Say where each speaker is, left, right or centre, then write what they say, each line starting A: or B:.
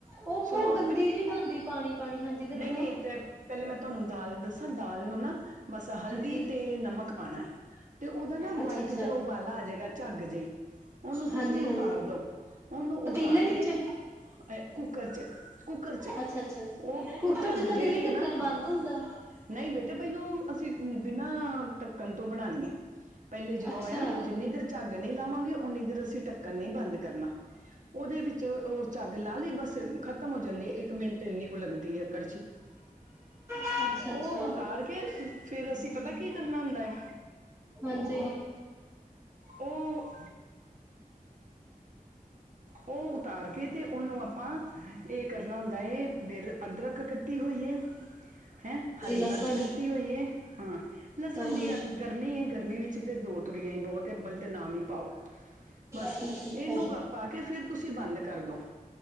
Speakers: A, on the right (about 20°); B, on the right (about 60°).
A: ਉਹ ਬਹੁਤ
B: ਸੁਣੋ
A: ਗੰਦੀ ਜਿਹੀ ਬਨਦੀ ਪਾਣੀ-ਪਾਣੀ ਹਾਂਜੀ ਦੱਸੋ।
B: ਨਹੀਂ ਨਹੀਂ ਤੇ ਪਹਿਲੇ ਮੈਂ ਤੁਹਾਨੂੰ ਦਾਲ ਦੱਸਾਂ ਦਾਲ ਨੂੰ ਨਾ ਬਸ ਹਲਦੀ
A: ਹਾਂਜੀ
B: ਤੇ ਨਮਕ ਪਾਨਾ ਐ। ਤੇ ਉਹਦਾ ਨਾ
A: ਅੱਛਾ-ਅੱਛਾ
B: ਵਾਈਟ ਜੋ ਉਬਾਲਾ ਆ ਜਾਏਗਾ, ਝੱਗ ਜਿਹੀ ਉਹਨੂੰ
A: ਹਾਂਜੀ-ਹਾਂਜੀ
B: ਤੁਸੀਂ ਉਤਾਰ ਦੋ। ਉਹਨੂੰ
A: ਪਤੀਲੇ
B: ਉਤਾਰ ਕੇ
A: ਵਿੱਚ
B: ਅ ਕੂਕਰ ਚ, ਕੁੂਕਰ ਚ
A: ਅੱਛਾ-ਅੱਛਾ
B: ਉਹ
A: ਕੁੱਕਰ
B: ਉਹ ਝੱਗ
A: ਚ ਤਾਂ
B: ਜਿਹੜੀ
A: ਦੀਦੀ
B: ਏ
A: ਢੱਕਣ
B: ਨਾ ਨਹੀਂ
A: ਬੰਦ ਹੁੰਦਾ।
B: ਬੇਟੇ ਪਹਿਲੋਂ ਅਸੀਂ ਬਿਨਾਂ ਢੱਕਣ ਤੋਂ ਬਨਾਨੀ ਐ। ਪਹਿਲੇ ਜਦੋਂ
A: ਅੱਛਾ,
B: ਆ ਜਿੰਨੀ ਦੇਰ ਝੱਗ ਨਹੀਂ ਲਾਵਾਂਗੇ, ਉਨੀ ਦੇਰ ਅਸੀਂ ਢੱਕਣ ਨਹੀਂ ਬੰਦ ਕਰਨਾ। ਉਹਦੇ ਵਿੱਚ ਉਹ ਝੱਗ ਲਾ ਲਈ ਬੱਸ ਖ਼ਤਮ ਹੋ ਜਾਂਦੀ ਏ, ਇੱਕ ਮਿੰਟ ਇੰਨੀ ਕੁ ਲੱਗਦੀ ਏ। <unintelligible>
A: ਅੱਛਾ-ਅੱਛਾ
B: ਉਹ ਉਤਾਰ ਕੇ ਫੇਰ ਅਸੀਂ ਪਤਾ ਕੀ ਕਰਨਾ ਹੁੰਦਾ ਏ?
A: ਹਾਂਜੀ।
B: ਉਹ ਉਹ ਉਤਾਰ ਕੇ ਤੇ ਉਹਨੂੰ ਆਪਾਂ ਇਹ ਕਰਨਾ ਹੁੰਦਾ ਏ ਫਿਰ ਅਦਰਕ ਕੱਟੀ ਹੋਈਏ ਹੈਂ ਹਰੀ ਮਿਰਚ
A: ਲਸਣ
B: ਕੱਟੀ ਹੋਈ ਏ, ਹਾਂ। ਲਸਣ
A: ਹਾਂਜੀ
B: ਦੀ ਅ ਗਰਮੀ ਏ, ਗਰਮੀ ਵਿੱਚ ਤੇ ਦੋ ਤੁਰੀਆਂ ਹੀ ਬਹੁਤ ਅਬਲ ਤੇ ਨਾ ਹੀ ਪਾਓ। ਬਸ
A: ਅੱਛਾ-ਅੱਛਾ,
B: ਇਹਨੂੰ ਪਾ ਕੇ ਫਿਰ ਤੁਸੀਂ ਬੰਦ ਕਰਦੋ।